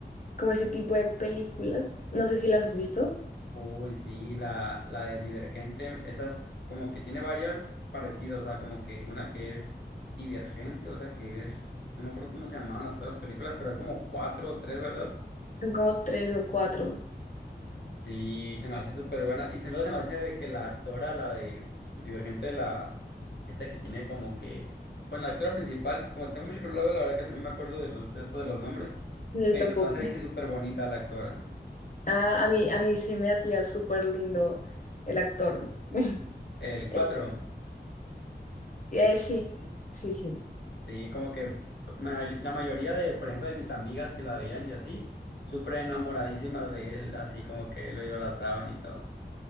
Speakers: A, on the left; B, on the left.
A: como ese tipo de películas. No sé si las has visto.
B: Uy, sí, la, la de Divergente, esas como que tiene varias parecidas, o sea, como que una que es Divergente, otra que es, no me acuerdo cómo se llamaban las otras películas, pero hay como cuatro o tres, ¿verdad?
A: Son como tres o cuatro.
B: Sí, se me hace súper buena. Y se- luego se me hace de que la actora, la de Divergente, la esta que tiene como que. Bueno, la actora principal, como tengo mucho que no la veo, la verdad casi no me acuerdo de los de esto de los nombres.
A: Yo
B: Pero
A: tampoco.
B: se me hace de que es súper bonita la actora.
A: Ah, a mí, a mí se me hacía súper lindo el actor. <laughs>
B: El
A: Eh,
B: cuatro
A: eh, sí, sí, sí.
B: sí, como que ma- la mayoría de, por ejemplo, de mis amigas que la veían y así, súper enamoradísimas de él, así como que lo idolatraban y todo.